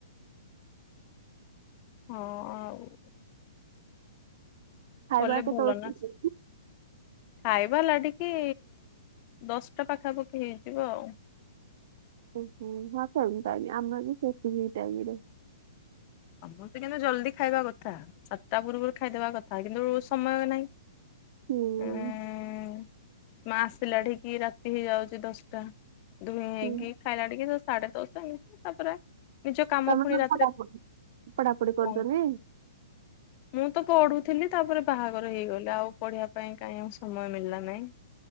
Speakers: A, on the left (about 35°); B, on the right (about 55°).
A: ହଁ ଆଉ
B: ଖାଇବା
A: କଲେ
B: କେତେବେଳେ
A: ଭଲ ନା। ଖାଇବା ଲାଡିକି ଦଶଟା ପାଖାପାଖି ହେଇଯିବ ଆଉ।
B: ଓ ହୋ ହଁ ସେମ ଟାଇମ୍ ଆମର ବି ସେତିକି ଟାଇମରେ।
A: ସମସ୍ତେ କିନ୍ତୁ ଜଲ୍ଦି ଖାଇବା କଥା ଚାରିଟା ପୂର୍ବରୁ ଖାଇଦବା କଥା କିନ୍ତୁ ସମୟ ନାହିଁ।
B: ହୁଁ।
A: ଉଁ ମା ଆସିଲାଠିକି ରାତି ହେଇଯାଉଛି ଦଶଟା। ଧୁଇଁ ହେଇକି
B: ହୁଁ
A: ଖାଇଲାଠିକି ତ ସାଢେଦଶ ତାପରେ ନିଜ କାମ
B: ତମେ
A: ପୁଣି
B: କଣ
A: ରାତିରେ
B: ପଢାପଢି ପଢାପଢି କରୁଚନି?
A: କଣ ମୁଁ ତ ପଢୁଥିଲି ତାପରେ ବାହାଘର ହେଇଗଲା ଆଉ ପଢିବା ପାଇଁ କାଇଁ ଆଉ ସମୟ ମିଳିଲା ନାହିଁ।